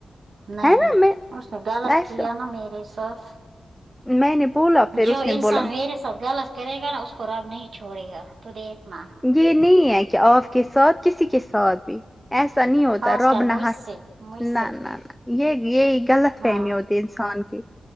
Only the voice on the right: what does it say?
نہیں
اس نے غلط
کیا ناں میرے ساتھ
جو
انسان
میرے غلط کرے گا ناں اس کو رب نہیں چھوڑے گا تو دیکھنا
خاص
کر
مجھ سے مجھ
سے
ہاں